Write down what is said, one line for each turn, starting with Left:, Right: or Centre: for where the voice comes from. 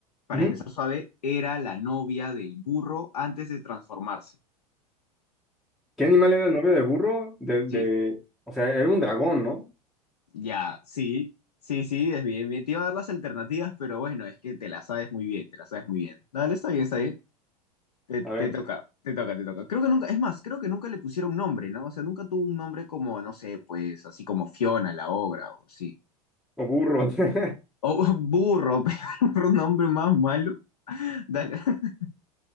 Left: para
Centre: Ujú.
Left: empezar suave, era la novia del burro antes de transformarse?
Centre: ¿Qué animal era el novio de burro? De, de,
Left: Sí,
Centre: o sea, era un dragón, ¿no?
Left: ya, sí, sí, sí, es bien, bien. Te iba a dar las alternativas, pero bueno, es que te las sabes muy bien, te las sabes muy bien. Dale, está bien, está bien. Te, te
Centre: A ver,
Left: toca, te toca, te toca. Creo que nunca, es más, creo que nunca le pusieron nombre, ¿no? O sea, nunca tuvo un nombre como, no sé, pues, así como Fiona, la obra, o sí.
Centre: o burro. <laughs>
Left: O <laughs> burro, <laughs> pero un nombre más malo. Dale. <laughs>